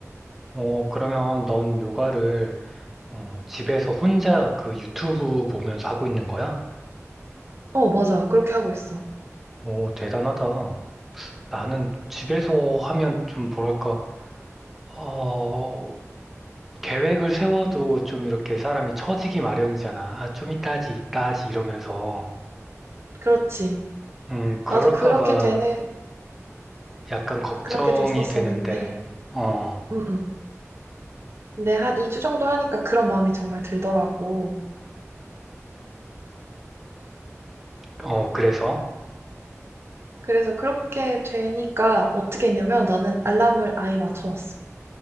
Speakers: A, in the centre; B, on the right.
A: 어, 그러면 넌 요가를 어, 집에서 혼자 그 유튜브 보면서 하고 있는 거야?
B: 어, 맞아. 그렇게 하고 있어.
A: 오, 대단하다. 나는 집에서 하면 좀 뭐랄까, 어, 계획을 세워도 좀 이렇게 사람이 처지기 마련이잖아. 아, 좀 이따 하지, 이따 하지 이러면서.
B: 그렇지.
A: 음, 그럴까
B: 나도 그렇게
A: 봐
B: 되는,
A: 약간 걱정이
B: 그렇게 됐었었는데,
A: 되는데, 어,
B: 음, 음. 근데 한 2주 정도 하니까 그런 마음이 정말 들더라고.
A: 어, 그래서?
B: 그래서 그렇게 되니까 어떻게 했냐면 나는 알람을 아예 맞춰놨어.